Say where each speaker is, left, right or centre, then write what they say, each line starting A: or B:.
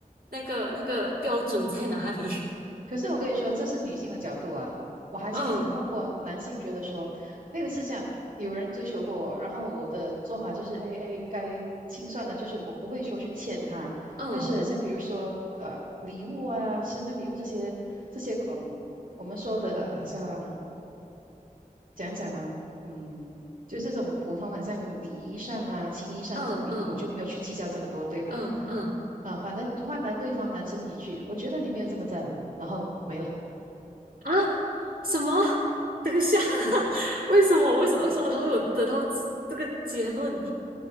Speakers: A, on the right; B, on the right.
A: 那个那个标准在哪里？<laughs>
B: 可是我跟你说，这是女性的角度啊。我还曾经碰过男性，
A: 嗯
B: 觉得说，我有一次这样，有人追求过我，然后我的做法就是，A A 该清算的，就是我不会说去欠他，
A: 嗯
B: 但是很像比如说，呃，礼物啊，生日礼物这些，这些，嗯，我们说的好像讲讲呢，嗯，就是这种普通，很像礼仪上啊、情谊上的这种礼物，
A: 嗯嗯
B: 我就没有去计较这么多，对吧？
A: 嗯嗯
B: 啊，反正换来对方男生一句“我觉得你没有这么在乎我”，然后没了。
A: 啊，什么？等一下，<laughs>
B: 嗯，
A: 为什么？为什么？为什么他会有得到这这个结论